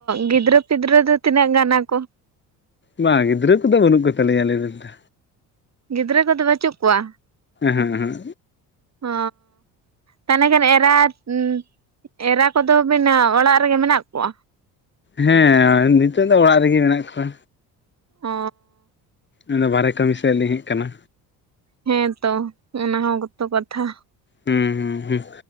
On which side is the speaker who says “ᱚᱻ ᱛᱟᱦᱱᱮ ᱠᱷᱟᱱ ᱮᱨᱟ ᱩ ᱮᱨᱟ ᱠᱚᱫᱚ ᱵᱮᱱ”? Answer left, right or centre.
Right